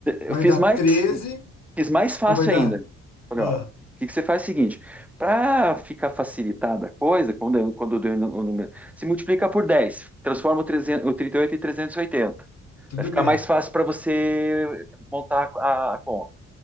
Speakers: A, on the left; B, in the centre.
A: Vai
B: eu fiz
A: dar
B: mais,
A: treze
B: fiz mais fácil
A: não vai dar?
B: ainda. Falei,
A: Ah,
B: ó, o que que você faz é o seguinte, para ficar facilitada a coisa, quando eu, quando eu dei o nu- o número, se multiplica por 10, transforma o, 300, o 38 em 380.
A: tudo
B: Vai ficar
A: bem.
B: mais fácil para você montar a- a conta.